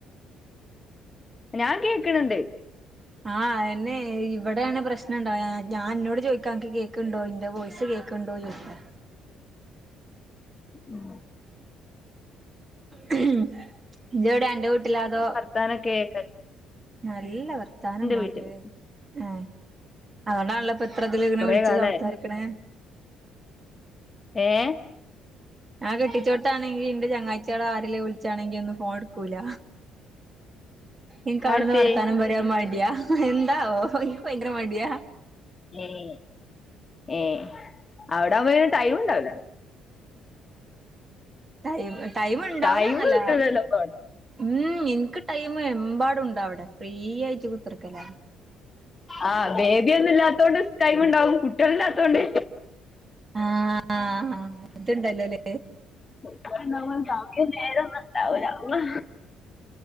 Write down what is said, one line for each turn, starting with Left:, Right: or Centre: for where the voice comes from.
Left: ഞാൻ കേക്ക്ണ് ണ്ട്.
Right: ആഹ അയ്ന്നെ ഇവിടെണ് പ്രശ്നണ്ടാവ ഞാൻ അന്നോട് ചോയിക്കാ അനക്ക് കേക്ക്- കേക്ക്ണ്ടോ ന്റവോയിസ് കേൾക്ക്ണ് ണ്ടോ? ഏ
Left: <unintelligible>
Right: ഹുഹും ജ്ജ് വ്ടെ അന്റെ വീട്ടിലാ അതോ?
Left: തനം കേക്ക
Right: നല്ല വർത്താനം മളെ
Left: വീട്ടില്
Right: ആ അതുണ്ടാണല്ലോ. ഇപ്പത്രതില് ഇങ്ങനെ
Left: കൊറെ
Right: വിളിച്ച്
Left: കാലായി
Right: സംസാരിക്കണ്
Left: ഏഹ്
Right: ഞകെട്ടിച്ചോട്ത്താണെങ്കി ഇന്റെ ചങ്ങായിച്ചിൾ ആരിലും വിളിച്ചാണെൽ ഒന്നും ഫോൺ എട്ക്കൂല ഇന്ക്ക് അവ്ടുന്ന്
Left: ആത്തെ
Right: വർത്താനം പറ്റ്- കെമടിയാ എന്താവോ എനിക്ക് ഭയങ്കര മടിയാ
Left: ഏഹ് ഏഹ് അവിടെ ആകുമ്പോ പിന്നെ ടൈം ഉണ്ടാവ് ല്ല
Right: ടൈമ് ടൈമ് ഉണ്ടാവൂല്ലന്നല്ല
Left: ടൈം കിട്ടൂലല്ലോ ഇപ്പൊ
Right: ഉും എനിക്ക് ടൈമ് എമ്പാടുണ്ടവിടെ ഫ്രീ ആയിട്ട് കുത്തർക്കല
Left: ആ ബേബിയൊന്നും ഇല്ലാത്തോണ്ട് ടൈമ് ഉണ്ടാവും. കുട്ടികളില്ലാത്തോണ്ട്
Right: ആഹ് ആഹ് അതുണ്ടലല്ലേ?
Left: ആഹ സമയം നേരം ഒന്നും ഉണ്ടാവുല്ല അള്ളാ.